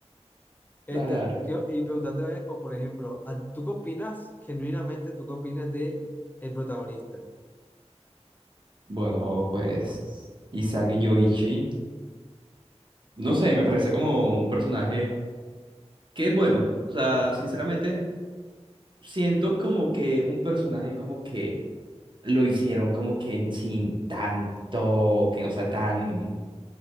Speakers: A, on the left; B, on the right.
A: Este,
B: dale, dale.
A: ¿qué- y preguntarte varias cosas, por ejemplo, ¿a- ¿tú qué opinas, genuinamente, tú qué opinas de el protagonista?
B: Bueno, pues Isaac Yoichi. No sé, me parece como un personaje que es bueno. O sea, sinceramente, siento como que es un personaje como que lo hicieron como que en- sin tanto, que no sea tan,